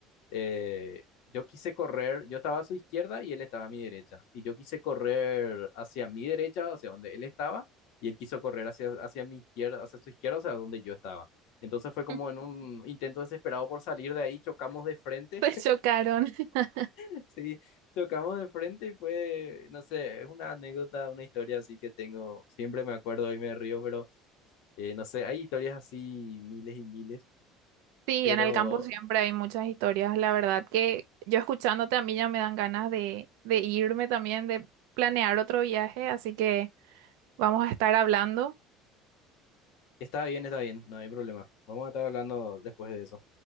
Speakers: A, on the left; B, on the right.
A: eh, yo quise correr, yo estaba a su izquierda y él estaba a mi derecha. Y yo quise correr hacia mi derecha, hacia donde él estaba, y él quiso correr hacia, hacia mi izquierda, hacia su izquierda, o sea, donde yo estaba. Entonces fue como
B: <laughs>
A: en un intento desesperado por salir de ahí, chocamos de frente,
B: Se chocaron. <laughs>
A: <laughs> sí, chocamos de frente y fue, no sé, es una anécdota, una historia así que tengo, siempre me acuerdo y me río, pero... Eh, no sé, hay historias así miles y miles,
B: Sí,
A: pero
B: en el campo siempre hay muchas historias. La verdad que yo escuchándote a mí ya me dan ganas de, de irme también, de planear otro viaje. Así que vamos a estar hablando.
A: está bien, está bien, no hay problema. Vamos a estar hablando después de eso.